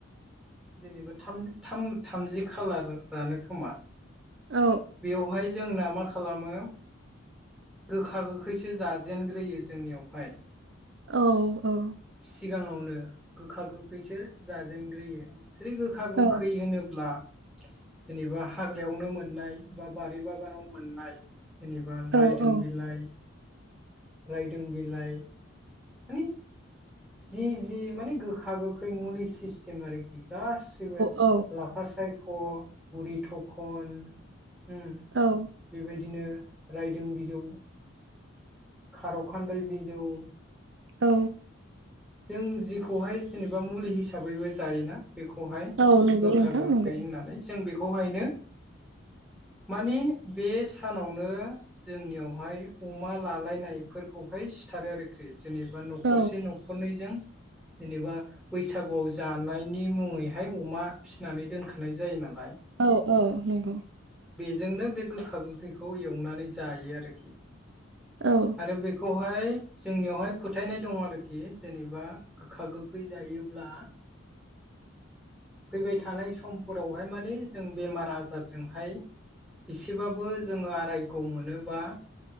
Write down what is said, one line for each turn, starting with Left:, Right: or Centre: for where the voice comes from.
Centre: जेनेबा थाम थाम थामजि खालारानो खोमा
Right: औ
Centre: बेवहाय जोंना मा खालामो गोखा गोखैसो जाजेनग्रोयो जोंनियावहाय
Right: औ औ
Centre: सिगाङावनो गोखा गोखैसो जाजेनग्रोयो जेरै गोखा गोखै
Right: औ
Centre: होनोब्ला जेनेबा हाग्रायावनो मोननाय बा बारि बागानाव मोननाय जेनेबा
Right: औ
Centre: रायदों
Right: औ
Centre: बिलाइ रायदों बिलाइ मानि जि जि मानि गोखा गोखै मुलि सिस्टेम आरोखि गासिबो
Right: औ
Centre: लाफा सायख' बुरि थखन बेबायदिनो
Right: औ
Centre: रायदों बिजौ खार'खान्दाय बिजौ
Right: औ
Centre: जों जिखौहाय जेनेबा मुलि हिसाबैबो जायोना बेखौहाय
Right: औ नंगौ
Centre: गोखा
Right: नोंथां
Centre: गोखै
Right: नंगौ
Centre: होननानै जों बेखौहायनो मानि बे सानावनो जोंनियावहाय अमा लानानै लायनायफोरखौहाय सिथारो आरोखि जेनेबा न'खरसे
Right: औ
Centre: न'खरनैजों जेनेबा बैसागुआव जानायनि मुङैहाय अमा फिसिनानै दोनखानाय जायो नालाय
Right: औ औ नंगौ।
Centre: जोंनो बे गोखा गोखैखौ एवनानै जायो आरोखि
Right: औ
Centre: आरो बे खौहाय जोंनियावहाय फोथायनाय दङ' आरोखि जेनेबा गोखा गोखै जायोब्ला
Right: <inaudible>
Centre: फैबाय थानाय समफोरावहाय माने जों बेमार आजारजोंहाय एसेबाबो जोङो आरायग' मोनोबा